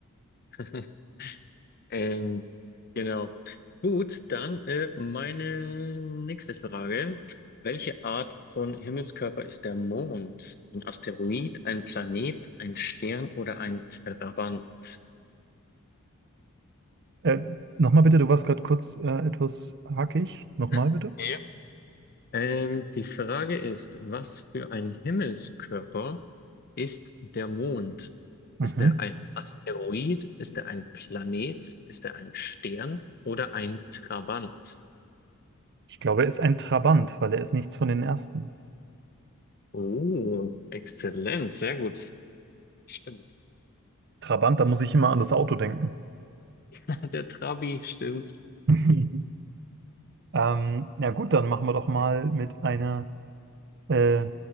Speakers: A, on the left; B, on the right.
A: <laughs> Ähm, genau. Gut, dann äh, meine nächste Frage. Welche Art von Himmelskörper ist der Mond? Ein Asteroid, ein Planet, ein Stern oder ein Trabant?
B: Äh, nochmal bitte, du warst gerade kurz äh, etwas hackig. Nochmal
A: Mhm.
B: bitte.
A: Ja. Ähm, die Frage ist, was für ein Himmelskörper ist der Mond?
B: Mhm.
A: Ist er ein Asteroid? Ist er ein Planet? Ist er ein Stern oder ein Trabant?
B: Ich glaube, er ist ein Trabant, weil er ist nichts von den ersten.
A: Oh, exzellent, sehr gut. Stimmt.
B: Trabant, da muss ich immer an das Auto denken. <laughs>
A: <laughs> Der Trabi, stimmt.
B: Mhm. Ähm, ja gut, dann machen wir doch mal mit einer Äh,